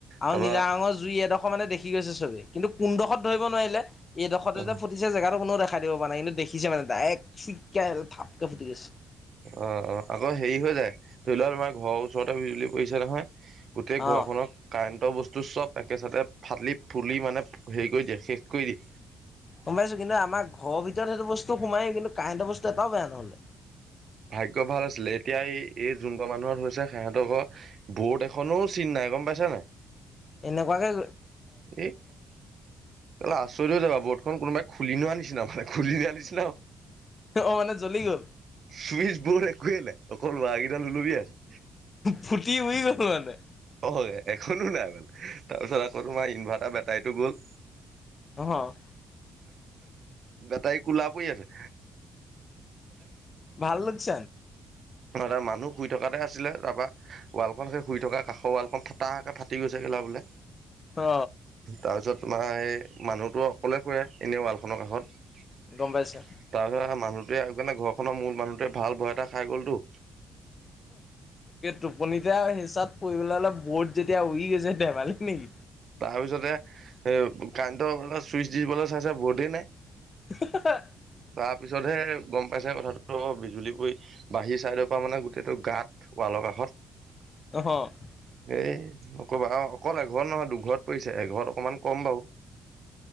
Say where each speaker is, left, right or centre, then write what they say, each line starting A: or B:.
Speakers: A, on the left (about 35°); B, on the right (about 50°).
A: আৰু
B: তাৰপা
A: নীলা ৰঙৰ জুই এডোখৰ মানে দেখি গৈছে চবেই, কিন্তু কোনডোখৰত ধৰিব নোৱাৰিলে। এইডখতে
B: অ
A: ফুটিছে জেগাতো কোনো দেখা নাই। খাই দিব পৰা নাই কিন্তু দেখিছে মানে ডাইৰেক্ট চিককে থাপকে ফুটি গৈছে।
B: অ' অ' আকৌ হেৰি হৈ যায় ধৰি লোৱা তোমাৰ ঘৰৰ ওচৰতে বিজুলী পৰিছে নহয়। গোটেই ঘৰখনত
A: অ
B: কাৰেণ্ট কাৰেণ্ট বস্তু চ'ব একেচতে ফালি ফুলি মানে হেৰি কৰি দিয়ে।
A: গমপাইছো, কিন্তু আমাৰ ঘৰৰ ভিতৰত সেইটো বস্তু সোমায় কিন্তু কাৰেণ্টৰ বস্তু এটাও বেয়া নহ'লে।
B: ভাগ্যৰ ভাল আছিলে এতিয়া এই এই যোন ঘৰৰ মানুহৰ হৈছে সিহঁতৰৰ ঘৰৰ বোৰ্ড এখনো চিন নাই। নাই গ'ম পাইছা নাই।
A: এনেকুৱা কে।
B: এ আচৰিতও যাবা বৰ্ডখন কোনোবাই খুলি লোৱা নিচিনা মানে খুলি আনিছিল।
A: অ' মানে জ্বলি গ'ল।
B: চুইচ বৰ্ড একোৱেই নাই অকল ওৱাৰ কেইডাল
A: ফুটি উৰি গ'ল মানে
B: হয়, এখনো নাই মান তাৰপিছত আকৌ তোমাৰ ইনভাৰ্টাৰ বেটাৰীটো গ'ল।
A: অ'
B: গটাই কোলা পৰি আছে।
A: ভাল লচ
B: হটা মানুহ শুই থকাতে আছিলে তাৰপা ৱালখন সেই শুই থকা কাষৰৱালখন ফাটাকৈ ফাটি গৈছেগেলা বোলে
A: অ
B: তাৰপিছত তোমাৰ এইেই মানুহটো অকলে শুৱে এনেই ৱালখনৰ কাষত।
A: গম পাইছা
B: তাৰ পিছত মানুহটোৱেকাৰণে ঘৰখনৰ মূল মানুহটোৱে ভাল ভয় এটা খাই গ'লতো।
A: টোপনিতে হিচাত পৰিবলৈ হ'লে বৰ্ড যেতিয়া উৰি গৈছে। ধেমালি নেকি
B: তাৰপিছতে এ কাৰেণ্টৰ অলপ চুইচ দিবলৈ চাইছে বৰ্ডেই নাই।
A: <unintelligible>
B: তাৰ পিছতহে গ'ম পাইছে, কথাটো বিজুলী পৰি বাহিৰ চাইদৰ পৰা মানে গোটেইটো গাঁত ৱাল ৱালৰ কাষত
A: অ'
B: এই নকবা আৰু অকল এঘ নহয় দুঘৰত পৰিছে এঘৰত অকণমান কম বাৰু।